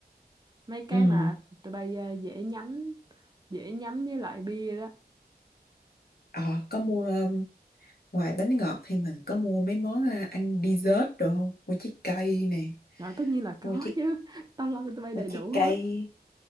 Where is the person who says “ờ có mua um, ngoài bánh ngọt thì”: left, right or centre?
Left